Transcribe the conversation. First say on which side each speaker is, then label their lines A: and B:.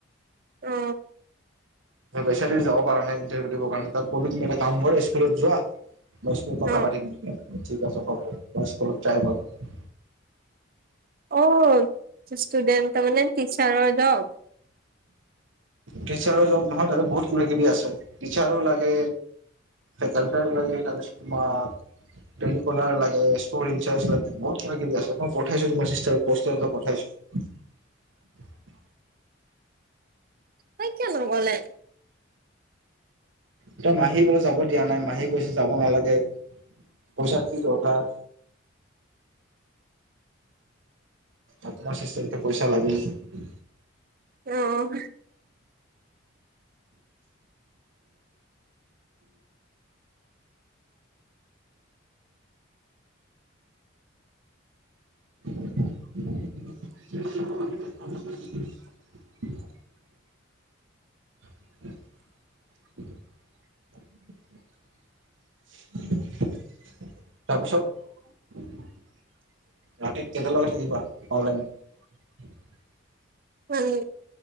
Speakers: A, on the right; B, on the right.
A: অ
B: পেচ যাব নাই ইটাৰভিউ দিব কাৰণাই ত ক'লো তুমি এটা কাম স্কুলত যোৱা দচ মিনিট কথা
A: অ
B: পাতি তেতিয়া। ঠিক আছে ত মই স্কুলত যাই মাৰিম।
A: অ ষ্টুডেন্ট তাৰমানে টিচাৰৰ জব
B: কেছাৰৰ দৰমহাত আৰু ধেই কিবা কিবি আছে, টিচাৰও লাগে, ফেকলতাৰ লাগে তাৰপিছত তোমাৰ পেনিকলৰ লাগে, ষ্টৰ ইনচাৰ্জ লাগে বহুত কিবা কিবি আছে। মই পঠাইছো তোমাৰ চিষ্টাৰক পষ্টাৰ কেইখন পঠাইছো।
A: তাই কি নগলে?
B: এয়া মাহী গলে যাব দিয়া নাই মাহী গৈছো যাব নালাগে। পইচা কি দৰকাৰ? আ তোমাৰ সিষ্টতে পইচা লাগেই।
A: উম।
B: <unintelligible> <unintelligible> তাৰপিছত ৰাতিত কেইটালগে থাকিব শুৱা অনলাইন।
A: মানে